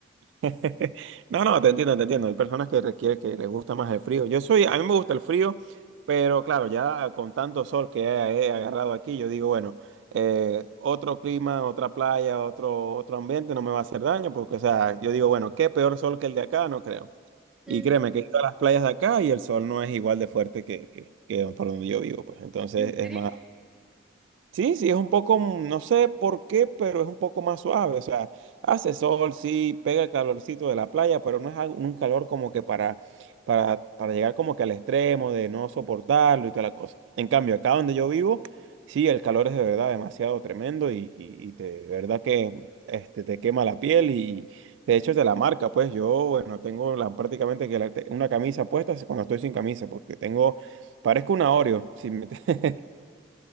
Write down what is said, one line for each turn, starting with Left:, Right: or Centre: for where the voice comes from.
Right: <laughs> No, no, te entiendo, te entiendo. Hay personas que requiere que les gusta más el frío. Yo soy, a mí me gusta el frío, pero claro, ya con tanto sol que he, he agarrado aquí, yo digo, bueno, eh, otro clima, otra playa, otro, otro ambiente no me va a hacer daño, porque, o sea, yo digo, bueno, qué peor sol que el de acá, no creo. Y
Centre: Mm,
Right: créeme que he ido a las playas de acá y el sol no es igual de fuerte que, que, que por donde yo vivo, pues. Entonces
Centre: ¿En
Right: es
Centre: serio?
Right: más, Sí, sí, es un poco, mm, no sé por qué, pero es un poco más suave. O sea, hace sol, sí, pega el calorcito de la playa, pero no es algo- un calor como que para, para, para llegar como que al extremo de no soportarlo y toda la cosa. En cambio, acá donde yo vivo, sí, el calor es de verdad demasiado tremendo y, y, y te, de verdad que mm, este, te quema la piel y de hecho es de la marca. Pues yo, bueno, tengo la, prácticamente que la- una camisa puesta cuando estoy sin camisa, porque tengo, parezco un Oreo. Si me, <laughs>